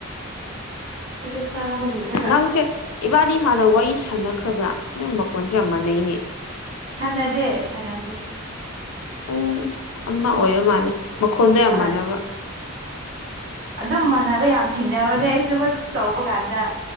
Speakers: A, on the right; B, on the left.
A: ꯑꯩꯈꯣꯏꯁꯨ ꯆꯥꯕ ꯂꯣꯏꯔꯒ
B: ꯅꯪꯁꯦ
A: ꯑꯁ
B: ꯏꯕꯥꯅꯤ ꯍꯥꯟꯅ ꯋꯥꯔꯤ ꯁꯥꯟꯅꯈ꯭ꯔꯕ꯭ꯔꯥ ꯅꯪ꯫ ꯀꫭꯟꯁ‌ꯦ ꯌꯥꯝ ꯃꯥꯅꯩꯅ‌ꯦ꯫
A: ꯁꯥꯟꯅꯗꯦ ꯁꯥꯟꯅꯗꯦ꯫
B: ꯑꯣ ꯑꯃ ꯑꯣꯏꯕ ꯃꯥꯜꯂꯦ ꯃꯈꯣꯟꯗ ꯌꯥꯝꯃꯅꯕ꯫
A: ꯍꯣꯏ ꯑꯗꯨꯝ ꯃꯥꯟꯅꯕ ꯌꯥꯝ ꯊꯦꯡꯅꯕꯅꯦ ꯑꯩꯁꯨ ꯑꯗꯨꯝ ꯇꯧꯕ ꯀꯥꯟꯗ